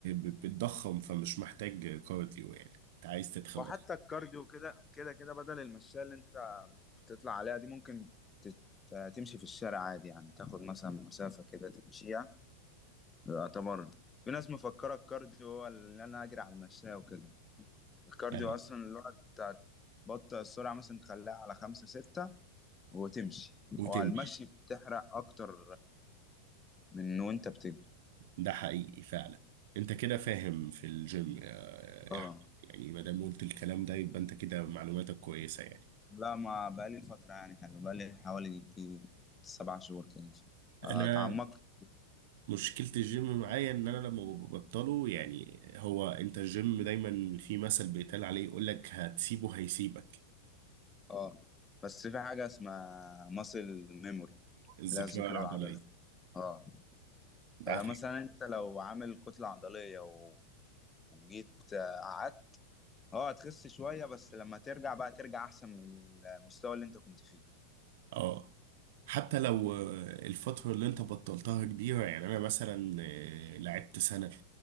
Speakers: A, on the right; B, on the left.
A: بتضخم فمش محتاج كارديو يعني انت عايز تتخن
B: وحتى
A: اصلا
B: الكارديو كده كده كده بدل المشاية اللي انت بتطلع عليها دي ممكن تت- تمشي في الشارع عادي يعني تاخد مثلا مسافة كده تمشيها يعتبر في ناس مفكرة الكارديو هو اللي انا اجري على المشاية وكده الكارديو
A: يعني
B: اصلا اللي هو بتاع- تبطئ السرعة مثلا تخليها على خمسة ستة وتمشي
A: وتمشي
B: وعلى المشي بتحرق اكتر من وانت بتجري
A: ده حقيقي فعلا انت كده فاهم في الجيم يا
B: اه
A: يا احمد يعني ما دام قلت الكلام ده يبقى انت كده معلوماتك كويسة يعني
B: لا ما بقالي فترة يعني حلو بقالي حوالي يجي سبع شهور كده
A: انا
B: اتعمقت
A: مشكلة الجيم معايا ان انا لما ببطله يعني هو انت الجيم دايما في مثل بيتقال عليه يقول لك هتسيبه هيسيبك
B: اه بس في حاجة اسمها ماسل ميموري
A: الذاكرة
B: اللي هي الذاكرة
A: العضلية
B: العضلية اه
A: ده
B: فلا
A: عافية
B: مثلا انت لو عامل كتلة عضلية و- وجيت آه، قعدت اه هتخس شوية بس لما ترجع بقى ترجع احسن من المستوى اللي انت كنت فيه
A: اه حتى لو آه، الفترة اللي انت بطلتها كبيرة يعني انا مثلا آه، لعبت سنة